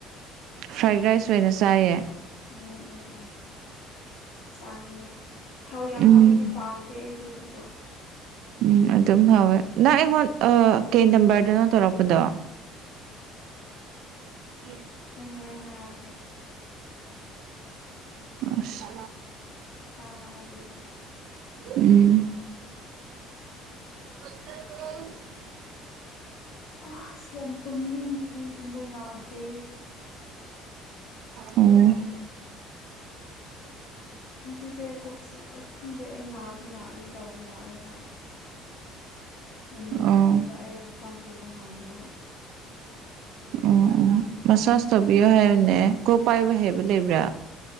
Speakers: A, on the right; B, on the left.
A: ꯐ꯭ꯔꯥꯏꯠ ꯔꯥꯏꯁ ꯑꯣꯏꯅ ꯆꯥꯏꯌꯦ
B: ꯎꯝ ꯎꯝ ꯎꯝ ꯆꯥꯅꯤꯡꯉꯦ ꯊꯥꯎ ꯌꯥꯝ
A: ꯎꯝ
B: ꯍꯥꯞꯄꯗꯤ ꯄꯥꯝꯗꯦ ꯑꯩꯗꯣ ꯑꯗꯨꯕꯨ
A: ꯎꯝ ꯑꯗꯨꯝ ꯍꯥꯎꯋꯦ ꯅꯪ ꯑꯩꯉꯣꯟ ꯑ ꯀꯦ ꯅꯝꯕꯔꯗꯅꯣ ꯇꯧꯔꯛꯄꯗꯣ ꯌꯦ
B: ꯑꯩ ꯍꯣꯔꯦꯟ ꯅꯥꯔꯛꯑꯀꯦ
A: ꯑꯁ
B: ꯊꯥꯔꯛꯑꯒꯦꯕ
A: ꯎꯝ <unintelligible>
B: ꯑꯁ ꯌꯥꯝ ꯇꯨꯝꯅꯤꯡꯉꯦ ꯇꯨꯝꯕ ꯌꯥꯗꯦ
A: ꯎꯝ
B: ꯁꯤꯁꯦ ꯀꯣꯛ ꯈꯪꯗꯦ ꯑꯩ ꯅꯥꯒꯦ ꯅꯥꯒꯦ ꯇꯧꯕ ꯃꯥꯂꯦ ꯈꯔ ꯌꯥꯝ ꯅꯨꯡꯉꯥꯏꯇꯦꯕ
A: ꯑꯣ
B: ꯑꯩ ꯍꯛꯆꯥꯡ ꯄꯨꯕ ꯉꯝꯗꯦꯕ
A: ꯎꯝ ꯎꯝ ꯃꯆꯥꯖ ꯇꯧꯕꯤꯌꯣ ꯍꯥꯏꯕꯅꯦ ꯀꯣ ꯄꯥꯏꯕ ꯍꯥꯏꯕ ꯂꯩꯕ꯭ꯔꯥ